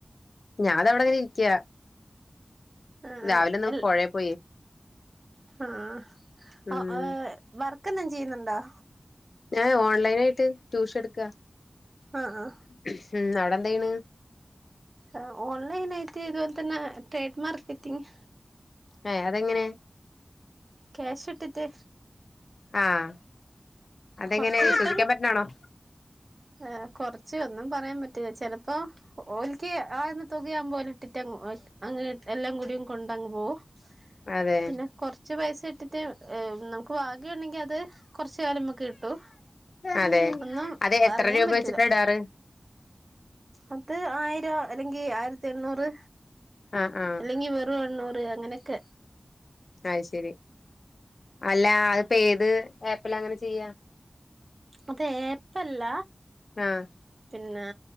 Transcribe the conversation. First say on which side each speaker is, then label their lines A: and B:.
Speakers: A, on the left; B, on the right.
A: ഞാത ഇവടെ ഇങ്ങനെ ഇരിക്കാ
B: ആഹ്
A: രാവിലെ
B: ആഹ്
A: ഒന്ന്
B: എൽ
A: പൊഴേ പോയി
B: ആഹ്
A: ഉം
B: ആഹ് ഏഹ് വർക്ക് എന്തേലും ചിയ്യ്ന്ന്ണ്ടാേ
A: ഞാന് ഓൺലൈനായിട്ട് ട്യൂഷൻ ഇട്ക്കാ
B: ആഹ് ആഹ്
A: ഉം അവടെ എന്തായ്യ്ണ്
B: ആഹ് ഓൺലൈനായിട്ട് ഇത് പോലെ തന്നെ ട്രേഡ് മാർക്കറ്റിംഗ്
A: ഏഹ് അതെങ്ങനെ
B: ക്യാഷ് ഇട്ട്ട്ട്
A: ആഹ് അതെങ്ങനെ
B: കുറച്ച്
A: വിശ്വസിക്കാൻ
B: കിട്ടും
A: പറ്റ്ണാണോ
B: ഏഹ് കൊറച്ച് ഒന്നും പറയാംപറ്റില്ല ചെല അപ്പോ ഓൽക്ക് ആക്ന്ന തുകയാവുമ്പൊ ഓല് ഇട്ടിറ്റങ്ങ് പോവും അത് അങ്ങനെ എല്ലാം കൂടിയും കൊണ്ടങ്ങ് പോവും
A: അതെ
B: പിന്നെ കൊർ ച്ച് പൈസ ഇട്ടിട്ട് നമുക്ക് ഭാഗ്യം ഉണ്ടെങ്കി അത് കാെറച്ച് കാലം ഇമ്മക്ക് കിട്ടും
A: അതെ
B: ഒന്നും
A: അത്
B: പറയാൻ
A: എത്ര രൂപ
B: പറ്റൂല
A: വെച്ചിട്ടാ ഇടാറ്
B: അത് ആയിരം എല്ലെങ്കി ആയിരത്തി എണ്ണൂറ്
A: ആഹ് ആഹ്
B: എല്ലെങ്ങി വെറും എണ്ണൂറ് അങ്ങനെയെക്കെ
A: അത് ശെരി അല്ല അത്പ്പ ഏത് ഏപ്പിലാ അങ്ങനെ ചിയ്യാ
B: അത് ഏപ്പല്ല
A: ആഹ്
B: പിന്നെ